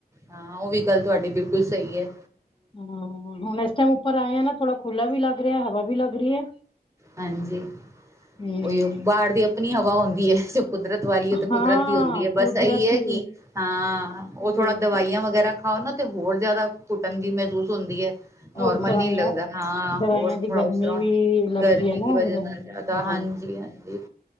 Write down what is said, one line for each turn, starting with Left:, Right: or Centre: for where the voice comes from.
Right: ਹਾਂ ਓ ਵੀ ਗੱਲ ਤੁਆਡੀ ਬਿਲਕੁਲ ਸਈ ਐ।
Left: ਹਾਂ ਹੁਣ ਇਸ ਟੈਮ ਉੱਪਰ ਆਏ ਆ ਨਾ ਥੋੜਾ ਖੁੱਲਾ ਵੀ ਲੱਗ ਰਿਆ ਹਵਾ ਵੀ ਲੱਗ ਰਈ ਐ।
Right: ਹਾਂਜੀ,
Left: ਹਮ
Right: ਓਈਓ ਬਾਰ ਦੀ ਅਪਣੀ ਹਵਾ ਹੁੰਦੀ ਐ। ਕੁਦਰਤ ਵਾਲੀ ਓ ਤੇ
Left: ਹਾਂ
Right: ਕੁਦਰਤ ਦੀ ਹੁੰਦੀ ਐ
Left: ਕੁਦਰਤੀ
Right: ਬਸ ਏਈ ਐ ਕਿ ਹਾਂ ਓ
Left: ਬਿਲਕੁਲ
Right: ਥੋੜਾ ਦਵਾਈਆਂ ਵਗੈਰਾ ਹਾਂ ਓਨਾਂ ਤੇ ਹੋਰ ਜ਼ਾਦਾ ਘੁੱਟਣ ਜੀ ਮਹਿਸੂਸ ਹੁੰਦੀ ਐ। ਨੋਰਮਲ
Left: ਉਹ ਦਵਾਈਆਂ
Right: ਨੀ ਲੱਗਦਾ ਹਾਂ
Left: ਦਵਾਈਆਂ
Right: ਹੋਰ
Left: ਦੀ
Right: ਥੋੜਾ
Left: ਗਰਮੀ
Right: ਉਸ ਤਰ੍ਹਾਂ
Left: ਵੀ ਲੱਗਦੀ
Right: ਗਰਮੀ
Left: ਹੈ ਨਾ
Right: ਦੀ ਵਜਾ
Left: ਅੰਦਰ
Right: ਨਾਲ ਜ਼ਿਆਦਾ ਹਾਂਜੀ,
Left: ਹਾਂ
Right: ਹਾਂਜੀ